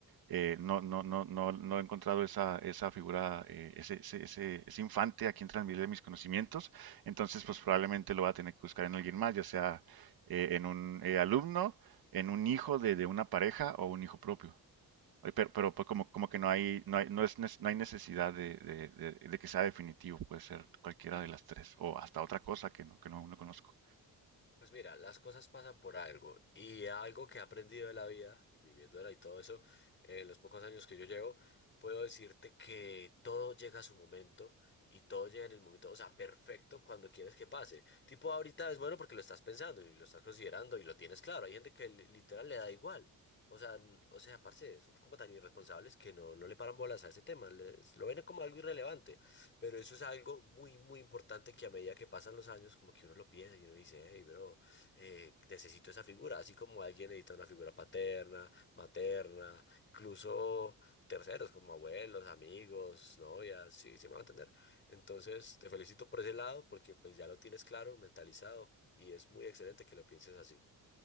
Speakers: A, on the right; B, on the left.
A: Eh, no, no, no, no, no he encontrado esa, esa figura, eh, ese, ese, ese, ese infante a quien transmitirle mis conocimientos. Entonces, pues probablemente lo va a tener que buscar en alguien más, ya sea eh, en un eh, alumno, en un hijo de, de una pareja o un hijo propio. Oye, Pero, pero pues como, como que no hay, no hay, no es, nes- no hay necesidad de, de- de- de que sea definitivo, puede ser cualquiera de las tres, o hasta otra cosa que no, que no, no conozco.
B: Pues mira, las cosas pasan por algo y algo que he aprendido de la vida, viviéndola y todo eso, en los pocos años que yo llevo, puedo decirte que todo llega a su momento y todo llega en el momento, o sea, perfecto cuando quieres que pase. Tipo, ahorita es bueno porque lo estás pensando y lo estás considerando y lo tienes claro. Hay gente que li- literal le da igual. O sea, n- o sea, parce, son como tan irresponsables que no, no le paran bolas a ese tema, les- lo ven como algo irrelevante. Pero eso es algo muy, muy importante que a medida que pasan los años, como que uno lo piensa y uno dice, hey, bro, eh, necesito esa figura. Así como alguien necesita una figura paterna, materna, incluso terceros como abuelos, amigos, novias, sí, sí me van a entender. Entonces, te felicito por ese lado porque pues ya lo tienes claro, mentalizado y es muy excelente que lo pienses así.